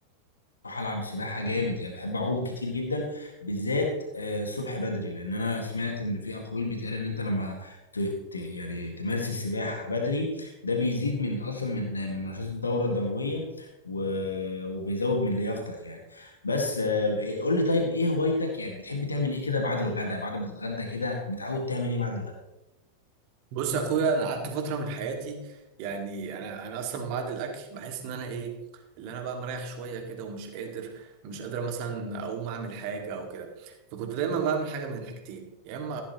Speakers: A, on the left; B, on the right.
A: بروح العب سباحه جامد يعني بحب اعوم كتير جدا بالذات آه، الصبح بدري لان انا سمعت ان في اقاويل بتقال ان انت لما ت... ت... يعني تمارس السباحه بدري ده بيزيد من اصلا من من نشاط الدوره الدمويه و... وبيزود من لياقتك يعني بس آه، إيه- قول لي طيب ايه هوايتك يعني بتحب تعمل ايه كده بعد الغداء بعد ما تتغدى كده متعود تعمل ايه بعد الغداء
B: بص يا اخويا انا قعدت فتره من حياتي يعني انا انا اصلا بعد الاكل بحس ان انا ايه اللي انا بقى مريح شويه كده ومش قادر مش قادر مثلا اقوم اعمل حاجه او كده فكنت دايما بعمل حاجه من الحاجتين يا اما